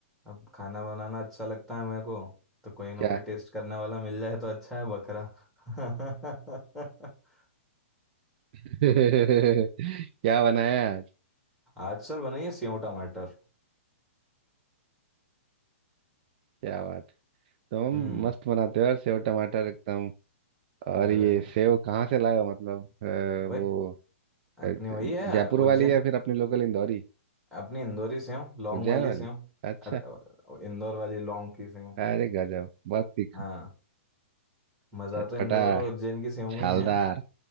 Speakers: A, in the centre; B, on the right.
A: अब खाना बनाना अच्छा लगता है मेरे को तो
B: <laughs>
A: कोई ना
B: क्या
A: कोई टेस्ट करने वाला मिल जाए तो अच्छा है बकरा <laughs>
B: <laughs> क्या बनाया आज
A: आचार बनाइए सेव टमाटर
B: क्या बात तुम
A: हम्म
B: मस्त बनाते हो यार सेव टमाटर एकदम और
A: मेरे
B: ये सेव कहाँ से लाए हो मतलब अ,
A: वही
B: वो अ,
A: अपनी वही है
B: जयपुर वाली
A: उज्जैन
B: या फिर अपनी लोकल इंदौरी
A: अपनी इंदौरी सेव लौंग
B: उज्जैन
A: वाली
B: वाली
A: सेव
B: अच्छा
A: अरे इंदौर वाली लौंग की सेव
B: अरे गजब बहुत तीखा
A: हाँ मजा
B: चटपटा
A: तो इंदौर और उज्जैन की सेव
B: छालदार
A: में ही है